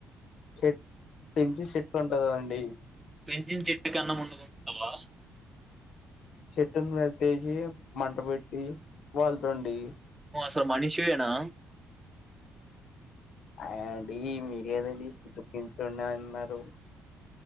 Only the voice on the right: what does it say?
పెంచిన చెట్టుకి అన్నం వండు కుంటవా?
త మనిషివేనా